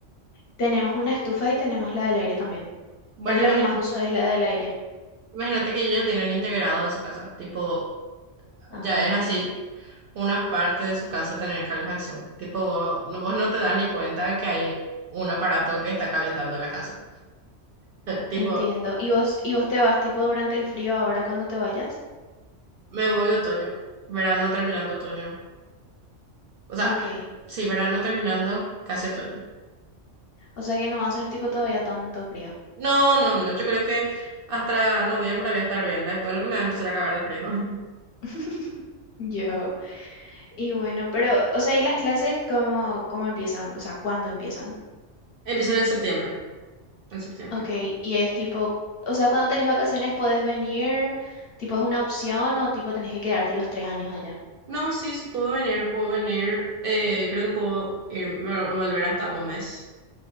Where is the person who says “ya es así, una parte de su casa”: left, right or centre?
Right